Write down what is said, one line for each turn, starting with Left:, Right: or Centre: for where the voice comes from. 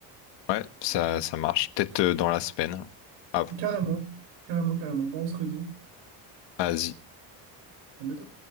Left: Ouais, ça, ça marche. Peut-être euh, dans la semaine. Ah,
Right: Carrément, carrément, carrément. Bah, on se redit.
Left: vas-y.
Right: À bientôt.